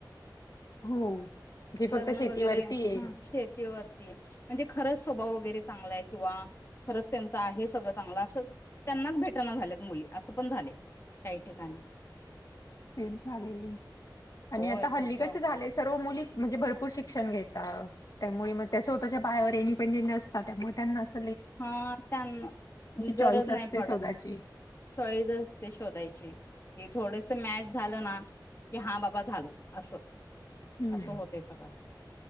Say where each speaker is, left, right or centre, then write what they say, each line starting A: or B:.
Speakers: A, on the left (about 50°); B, on the left (about 30°).
A: हो. जी फक्त
B: लग्न
A: शेतीवरती
B: वगैरे ह
A: आहे.
B: शेती वरती. म्हणजे खरंच स्वभाव वगैरे चांगला आहे. किंवा खरंच त्यांच आहे. सगळं चांगलं असं त्यांनाच भेटना झालेत मुली असं पण झाले, काही ठिकाणी.
A: तेच झालेय
B: होय
A: आणि आता,
B: सगळं
A: हल्ली कस झालंय सर्व मुली. म्हणजे भरपूर शिक्षण घेताव त्यामुळे, मग त्या स्वतःच्या पायावर एडिपेंडेंट असतात, त्यामुळे त्यांना स
B: हा त्यांना गरज
A: चॉईस असते
B: नाही पडत
A: स्वतःची.
B: चॉईस असते शोधायची थोडस मॅच झालं ना की हा बाबा झालं असं
A: हम्म
B: असं होतय सगळं